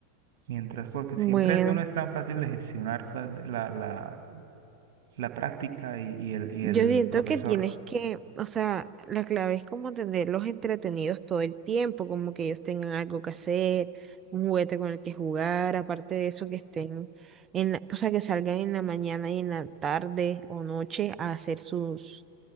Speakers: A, on the right; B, on the right.
A: mientras, porque
B: Bueno.
A: siempre eso no es tan fácil de gestionar la, la, la, la práctica y, y el, y
B: Yo
A: el
B: siento
A: profesor.
B: que tienes que, o sea, la clave es como tenerlos entretenidos todo el tiempo, como que ellos tengan algo que hacer, un juguete con el que jugar, aparte de eso que estén en la, o sea, que salgan en la mañana y en la tarde o noche a hacer sus,